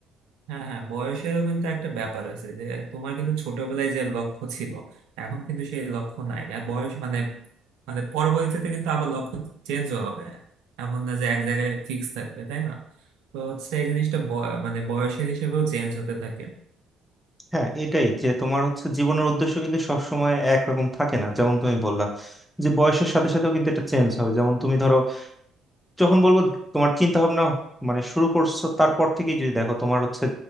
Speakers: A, on the right; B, in the centre.
A: হ্যাঁ হ্যাঁ বয়সেরও কিন্তু একটা ব্যাপার আছে যে তোমার কিন্তু ছোটবেলায় যে লক্ষ্য ছিল এখন কিন্তু সেই লক্ষ্য নাই আর বয়স মানে মানে পরবর্তীতে কিন্তু আবার লক্ষ্য চেঞ্জও হবে এমন না যে এক জায়গায় ফিক্স থাকবে তাই না তো হচ্ছে এই জিনিসটা বয়- মানে বয়সের হিসেবেও চেঞ্জ হতে থাকে
B: হ্যাঁ এটাই যে তোমার হচ্ছে জীবনের উদ্দেশ্য কিন্তু সবসময় একরকম থাকে না যেমন তুমি বললা যে বয়সের সাথে সাথেও কিন্তু এটা চেঞ্জ হয় যেমন তুমি ধরো যখন বলবো তোমার চিন্তা ভাবনা মানে শুরু করছো তারপর থেকেই যদি দেখো তোমার হচ্ছে